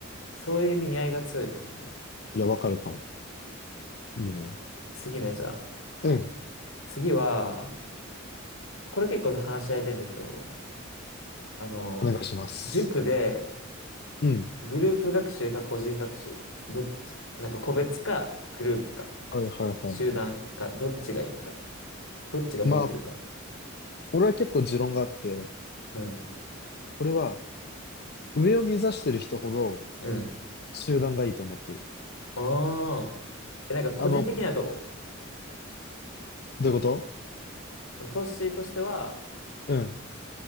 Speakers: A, on the left; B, on the left.
A: そういう意味合いが強いかもしれない。
B: いや、わかるかも。いいね。
A: 次ね、じゃあ。
B: うん。
A: 次は、これ結構話し合いたいんだけど、あの、
B: お願いします。
A: 塾で
B: うん。
A: グループ学習か個人学習、どっち、なんか個別かグループか
B: はいはいはいは
A: 集団かどっちがいいか、どっちが向いてるか。
B: い。まあ、俺は結構持論があって、
A: うん。
B: これは上を目指してる人ほど
A: うん。
B: 集団がいいと思ってる。
A: ああ。え、なんか個人的にはどう
B: あの、どういうこと
A: そのトッシーとしては
B: うん。